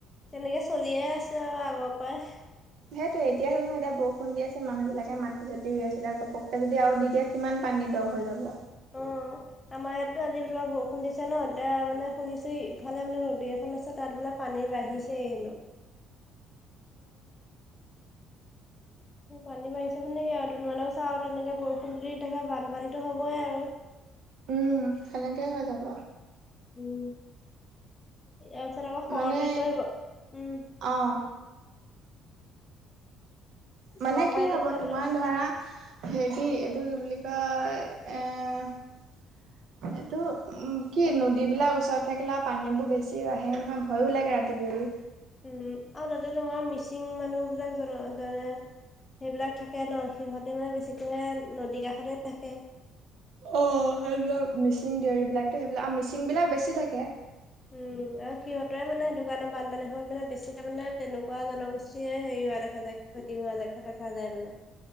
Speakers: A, on the left; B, on the right.
A: তেনেকে চলিয়ে আছে আৰু আগৰ পৰাই।
B: সেইটো এতিয়া ন এতিয়া বৰষুণ দি আছে মানুহ বিলাকে মতি চাতি ৰুই আছিলে ঘপককে যদি আৰু দি দিয়ে ইমান পানী দ' হৈ যাব।
A: অ আমাৰ ইয়াততো আজি বৰষুণ দিছে ন, এতিয়া মানে শুনিছো ইফালে মানে নদী এখন আছে তাত বোলে পানী বাঢ়িছে হেনো। পানী বাঢ়িছে মানে কি আৰু দুদিনমানৰ চা আৰু তেনেকে বৰষুণ দি থাকে বানপানীতো হবই আৰু।
B: উম সেনেকে হৈ যাব।
A: উম ইয়াৰ পিছত আকৌ শৰত
B: মানে
A: ঋতু আহিব, উম।
B: অ', মানে
A: বৰ্ষা
B: কি
A: ঋতুৰ
B: হব
A: পিছত
B: তোমাৰ ধৰা হেৰি এইটো কি বুলি কয়, এ' এইটো উম। কি নদীবিলাক ওচৰত থাকিলে আৰু পানীবোৰ বেছি আহে নহয় ভয়ো লাগে ৰাতি বিয়লি।
A: উম, আৰু তাতে তোমাৰ মিচিং মানুহ বিলাক জন যেনে সেইবিলাক থাকে ন, সিহঁতে মানে বেছিকৈ নদীৰ কাষতে থাকে।
B: অ', সেইবিলাক মিচিং, দেউৰীবিলাকটো
A: উম।
B: সেইবিলাক আৰু মিচিং বিলাক বেছি থাকে।
A: উম আৰু সিহঁতে মানে সেইটো কাৰণে বানপানী সময়ত মানে বেছিকে মানে তেনেকুৱা জনগোষ্ঠীয়েে হেৰি হোৱা দেখে দেখা যায় ক্ষতি হোৱা দেখা - দেখা যায় মানে।